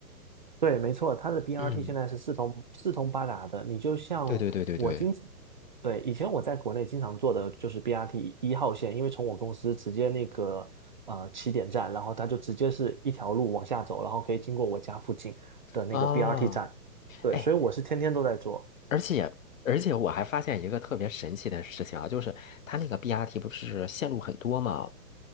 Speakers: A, on the right; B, on the left.
A: 对，没错，它的 BRT
B: 嗯，
A: 现在是四通四通八达的。你就像我经，
B: 对对对对对，
A: 对，以前我在国内经常坐的就是 BRT 一号线，因为从我公司直接那个呃起点站，然后它就直接是一条路往下走，然后可以经过我家附近的那个
B: 啊，
A: BRT 站。对，
B: 哎，
A: 所以我是天天都在坐。
B: 而且而且我还发现一个特别神奇的事情啊，就是它那个 BRT 不是线路很多嘛，